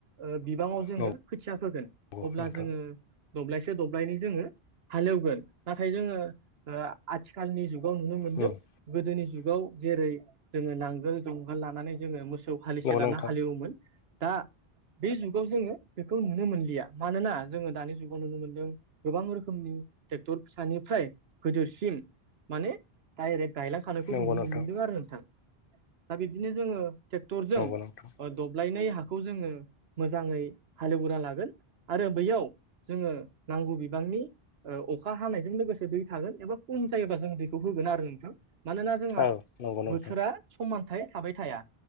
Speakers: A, on the right; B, on the left.
A: ओ बिबाङाव जोङो
B: नंगौ
A: खोथिया फोगोन
B: नोंथां
A: अब्ला जोङो दब्लायसे दब्लायनै जोङो हालेवगोन नाथाय जोङो ओ आथिखालनि जुगाव नुनो मोनदों
B: उम
A: गोदोनि जुगाव जेरै जोङो नांगोल जुंगाल लानानै जोङो मोसौ हालिसे
B: नंगौ
A: लाना
B: नोंथां
A: हालेवोमोन दा बे जुगाव जोङो बेखौ नुनो मोनलिया मानोना जोङो दानि जुगाव नुनो मोनदों गोबां रोखोमनि टेक्टर फिसानिफ्राय गोदोरसिम माने डाइरेक्ट गायलांखानायखौ
B: नंगौ
A: जोङो नुनो
B: नोंथां
A: मोनदों आरो नोंथां दा बिब्दिनो जोङो टेक टुरजों
B: नंगौ नोंथां
A: ओ दब्लायनै हाखौ जोङो मोजाङै हालेवग्रोना लागोन आरो बैयाव जोङो नांगौ बिबांनि ओ अखा हानायजों लोगोसे दै थागोन एबा खम जायोबा जों दैखौ होगोन आरो नोंथां। मानोना जोंहा
B: औ नंगौ नोंथां
A: बोथोरा समानथाय थाबाय थाया।